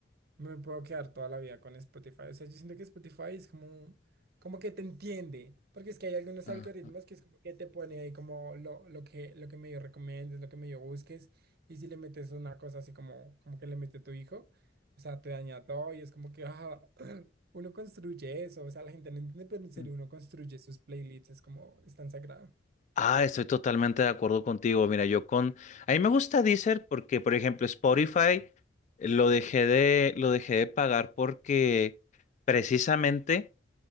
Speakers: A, on the right (about 55°); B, on the left (about 40°).
A: No me puedo quedar toda la vida con Spotify. O sea, yo siento que Spotify es como, un- como que te entiende, porque es que hay algunos
B: Ajá.
A: algoritmos que es como que te pone ahí como lo, lo que, lo que medio recomiendes, lo que medio busques, y si le metes una cosa así como, como que le metió tu hijo, o sea, te daña todo y es como que ah, <clears throat> uno construye eso, o sea, la gente no entiende, pero en serio
B: Ujú.
A: uno construye sus playlists, es como, es tan sagrado.
B: Ah, estoy totalmente de acuerdo contigo. Mira, yo con... A mí me gusta Deezer porque, por ejemplo, Spotify eh, lo dejé de, lo dejé de pagar porque precisamente